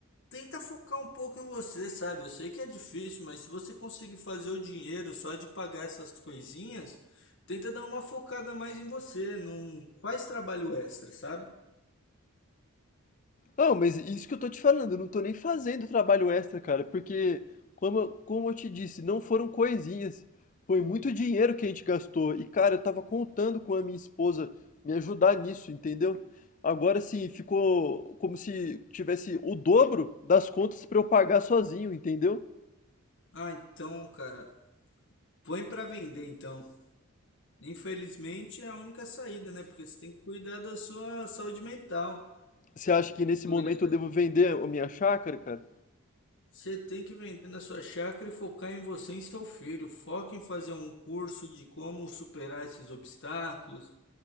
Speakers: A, on the left; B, on the left.
A: tenta focar um pouco em você, sabe? Eu sei que é difícil, mas se você conseguir fazer o dinheiro só de pagar essas coisinhas, tenta dar uma focada mais em você, não faz trabalho extra, sabe?
B: Não, mas isso que eu tô te falando, eu não tô nem fazendo trabalho extra, cara, porque, como, eu- como eu te disse, não foram coisinhas, foi muito dinheiro que a gente gastou. E, cara, eu tava contando com a minha esposa me ajudar nisso, entendeu? Agora sim, ficou como se tivesse o dobro das contas pra eu pagar sozinho, entendeu?
A: Ah, então, cara, põe pra vender então. Infelizmente é a única saída, né? Porque você tem que cuidar da sua saúde mental.
B: Você acha que nesse
A: Cuidar
B: momento
A: da-
B: eu devo vender a minha chácara, cara?
A: Você tem que vender na sua chácara e focar em você e em seu filho. Foca em fazer um curso de como superar esses obstáculos